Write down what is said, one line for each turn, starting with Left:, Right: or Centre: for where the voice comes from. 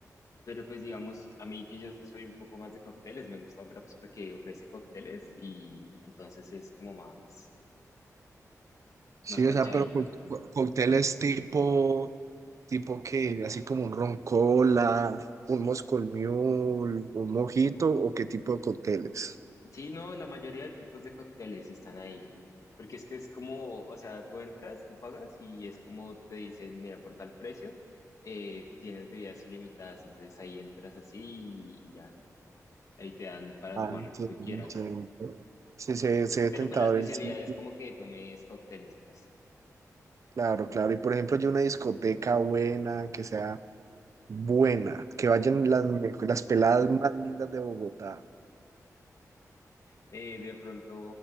Left: pero pues digamos, a mí que yo soy un poco más de cócteles, me gusta Ópera pues porque ofrece cócteles y entonces es como más,
Right: Sí,
Left: más parchadito.
Right: o sea, pero cóct- co- cócteles tipo, tipo que, así como un ron cola un Moscow Mule, un mojito, o qué tipo de cócteles.
Left: Sí, no, la mayoría de tipos de cócteles están ahí, porque es que es como, o sea, tú entras, tú pagas y es como te dicen, mira, por tal precio, eh, tienes bebidas ilimitadas, entonces ahí entras así y, y ya, ahí te dan para
Right: Ah,
Left: tomar
Right: entiendo,
Left: lo que tú
Right: entiendo.
Left: quieras.
Right: Sí, se, se ve
Left: Pero
Right: tentador
Left: pues la especialidad
Right: el sitio.
Left: es como que tomes cócteles, pues.
Right: Claro, claro. Y por ejemplo, yo una discoteca buena, que sea buena, que vayan las, me- las peladas más lindas de Bogotá.
Left: Eh, de pronto,